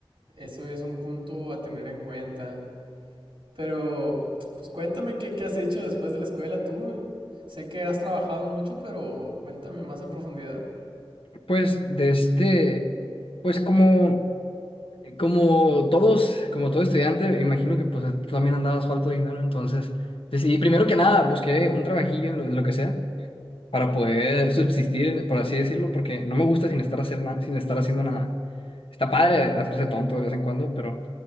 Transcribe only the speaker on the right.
eso es un punto a tener en cuenta. Pero, pues cuéntame qué, qué has hecho después de la escuela tú. Sé que has trabajado mucho, pero cuéntame más a profundidad.